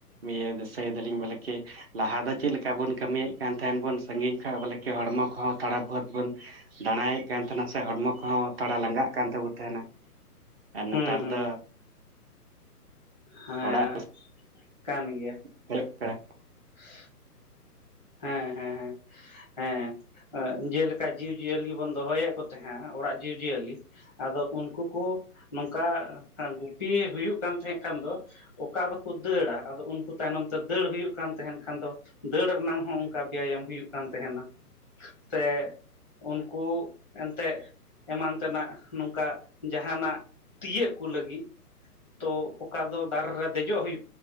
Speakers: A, on the right; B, in the centre.
A: ᱤᱭᱟᱹ ᱫᱤᱥᱟᱹᱭ ᱫᱟᱞᱤᱧ ᱵᱚᱞᱮᱠᱤ ᱞᱟᱦᱟ ᱫᱚ ᱪᱮᱫ ᱞᱮᱠᱟ ᱵᱚᱱ ᱠᱟᱹᱢᱤᱭᱮᱜ ᱠᱟᱱ ᱛᱟᱦᱮᱸᱱ ᱵᱚᱱ ᱥᱟᱹᱜᱤᱧ ᱠᱷᱚᱱ ᱵᱚᱞᱮ ᱠᱤ ᱦᱚᱲᱢᱚ ᱠᱚᱦᱚᱸ ᱛᱷᱚᱲᱟ ᱵᱚᱦᱚᱛ ᱵᱚᱱ ᱫᱟᱬᱟᱭᱮᱜ ᱠᱟᱱ ᱛᱟᱦᱮᱱᱟ ᱥᱮ ᱦᱚᱲᱢᱚ ᱠᱚᱦᱚᱸ ᱛᱷᱚᱲᱟ ᱞᱟᱸᱜᱟᱜ ᱠᱟᱱ ᱛᱟᱵᱩ ᱛᱟᱦᱮᱱᱟ ᱾ ᱟᱨ ᱱᱮᱛᱟᱨ
B: ᱦᱩᱸ ᱦᱩᱸ
A: ᱫᱚ
B: ᱦᱮᱸ
A: ᱚᱲᱟᱜ
B: ᱠᱟᱱ ᱜᱮᱭᱟ,
A: <unintelligible>
B: <unintelligible> ᱦᱮᱸ ᱦᱮᱸ ᱾ ᱦᱮᱸ ᱡᱮᱞᱮᱠᱟ ᱡᱤᱵᱽᱼᱡᱤᱭᱟᱹᱞᱤ ᱵᱚᱱ ᱫᱚᱦᱚᱭᱮᱜ ᱠᱚ ᱛᱟᱦᱮᱸᱫ ᱚᱲᱟᱜ ᱡᱤᱵᱽᱼᱡᱤᱭᱟᱹᱞᱤ, ᱟᱫᱚ ᱩᱱᱠᱩ ᱠᱚ ᱱᱚᱝᱠᱟ ᱜᱩᱯᱤ ᱦᱩᱭᱩᱜ ᱠᱟᱱ ᱛᱟᱦᱮᱸ ᱠᱷᱟᱱ ᱫᱚ, ᱚᱠᱟ ᱫᱚᱠᱚ ᱫᱟᱹᱲᱟ ᱟᱫᱚ ᱩᱱᱠᱩ ᱛᱟᱭᱱᱚᱢ ᱛᱮ ᱫᱟᱹᱲ ᱦᱩᱭᱩᱜ ᱠᱟᱱ ᱛᱟᱦᱮᱱ ᱠᱷᱟᱱ ᱫᱚ, ᱫᱟᱹᱲ ᱨᱮᱱᱟᱝ ᱦᱚᱸ ᱚᱱᱠᱟ ᱵᱮᱭᱟᱢ ᱦᱩᱭᱩᱜ ᱠᱟᱱ ᱛᱟᱦᱮᱱᱟ, ᱥᱮ ᱩᱱᱠᱩ ᱮᱱᱛᱮᱫ ᱮᱢᱟᱱ ᱛᱮᱱᱟᱜ ᱱᱚᱝᱠᱟ ᱡᱟᱦᱟᱱᱟᱜ ᱛᱤᱭᱳᱜ ᱠᱚ ᱞᱟᱹᱜᱤᱫ ᱛᱚ ᱚᱠᱟ ᱫᱚ ᱫᱟᱨᱮ ᱨᱮ ᱫᱮᱡᱚᱜ ᱦᱩᱭᱩᱜ